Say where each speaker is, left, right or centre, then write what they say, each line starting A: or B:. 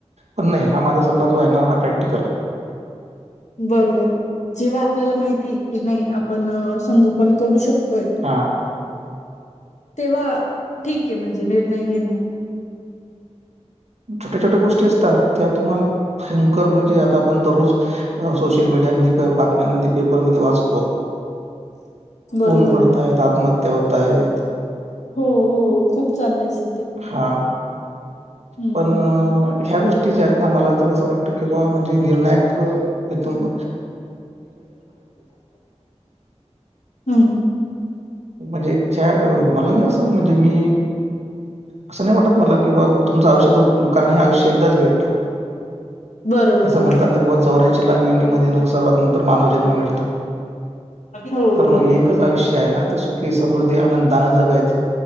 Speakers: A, on the right; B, on the left.
A: पण नाही हा माझा सल्ला जो आहे ना हा प्रॅक्टिकल आहे.
B: बरोबर आहे. जेव्हा आपल्याला माहिती की नाही आपण संगोपन करू शकतोय.
A: हां
B: तेव्हा ठीक आहे म्हणजे निर्णय घेण.
A: छोट्या छोट्या गोष्टी असतात त्या तुम्हाला भयंकर म्हणजे आता आपण दररोज सोशल मीडियामध्ये, बातम्यांमध्ये, पेपरमध्ये वाचतो. खून
B: बरोबर
A: पडतायेत आत्महत्या होत आहेत.
B: हो हो खूप चालय सध्या.
A: हा
B: हम्म.
A: पण ह्या गोष्टी ज्या आहेत ना मला तर अस वाटत की बुवा म्हणजे निर्णायक इथून
B: हम्म
A: म्हणजे मला नाही अस म्हणजे मी अस नाही वाटत मला की बा तुमच आयुष्या <unintelligible> कारण हे आयुष्य एकदाच भेटत
B: बरोबर बरोबर
A: अस म्हणतात ना की बा चौऱ्यांशी लाख युनी मध्ये न सर्वात नंतर मानव जन्म मिळत
B: हो
A: तर मग एकच आयुष्य आहे ना ते सुखी समृद्धी आनंदी दान जगायच